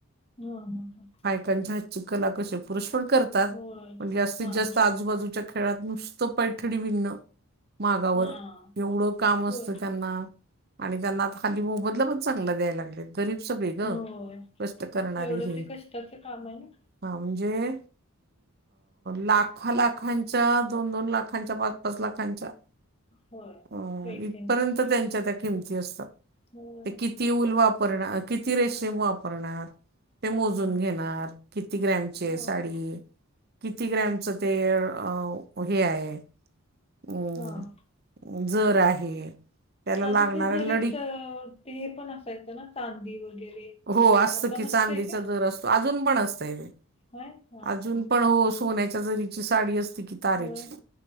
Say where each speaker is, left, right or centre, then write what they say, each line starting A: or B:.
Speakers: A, on the left; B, on the right.
A: हा हां हां.
B: त्यांच्या हातची कला कशी पुरुष पण करतात
A: होय.
B: पण जास्तीत
A: हां,
B: जास्त- - आजूबाजूच्या खेळात नुसतं पैठणी विनणं मागावर
A: हां.
B: एवढं काम असतं
A: होय,
B: त्यांना- - आणि त्यांना आता हल्ली मोबदला पण चांगला द्याय लागलेत. गरीब सगळी ग,
A: होय.
B: कष्ट करणारी
A: एवढं
B: ही.
A: ते कष्टाचं काम आहे ना.
B: हा म्हणजे लाख -- खां - लाखांच्या, दोन -दोन लाखांच्या, पाच -पाच लाखांच्या- -
A: होय.
B: अ
A: पैठणीचं.
B: इथपर्यंत त्यांच्या त्या किमती असतात
A: होय.
B: ते की की ऊल वापरणार किती रेशीम वापरणार ते
A: हां.
B: मोजून घेणार. किती ग्रॅम चे
A: होय.
B: साडी किती ग्रॅमच ते अ हे आहे? उ
A: हां.
B: जर आहे. त्याला
A: आधी
B: लागणाऱ्या
A: ते जरीत
B: लडी
A: ते हे पण असायचं ना चांदी वगैरे.
B: हो असत
A: आता
B: की
A: नसतंय
B: चांदीचा
A: काय?
B: जर असतो, अजून पण असतय ते.
A: नाही? हां.
B: अजून पण हो सोन्याच्या जरीची साडी असते कि- - तारेची.
A: होय.